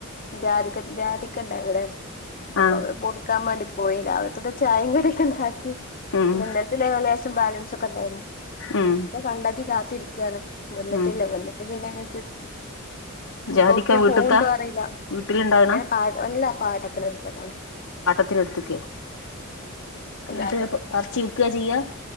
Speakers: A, on the left; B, on the left.
A: ജാതിക്ക ജാതിക്കണ്ടവിടെ അപ്പൊ
B: ആ
A: അവിടെ പോർ ക്കാൻ മാണ്ടി പോയി രാവിൽക്കത്തെ ചായിം കടിയൊക്കെ ഇണ്ടാക്കി
B: ഉം
A: പിന്നെ ഇന്നലെത്തെ ലേഷ് ബാലൻസൊക്കെ ഇണ്ടാരുന്നു
B: ഉം
A: ഇപ്പ ഇ ണ്ടാക്കി കാത്തിരിക്കണ് വന്നിട്ടില്ല
B: ഉം
A: വന്നിട്ട് പിന്നെ <unintelligible> ഞ്ഞിപ്പോ
B: ജാതിക്ക
A: ഒട്ക്കെ
B: വീട്ട്ത്താ
A: പോവ്ണ്ടോ അറീല്ല.
B: വീട്ടില്ണ്ടാക്ണ
A: ഇങ്ങനെ പാ അല്ല പാട്ടത്തിന് ഇട് ത്തതാണ്.
B: ഇട്ത്ക്കെ
A: അപ്പ
B: എന്നിട്ട്
A: എല്ലാരും
B: പറിച്ച് വിൽക്കാ ചെയ്യാ?